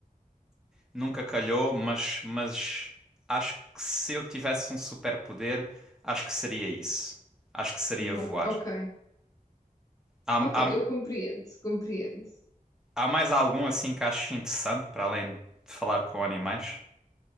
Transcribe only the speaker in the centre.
nunca calhou, mas, mas acho que se eu tivesse um superpoder, acho que seria isso. Acho que seria
voar.
Há,
há,
há mais algum assim que aches interessante para além de falar com animais?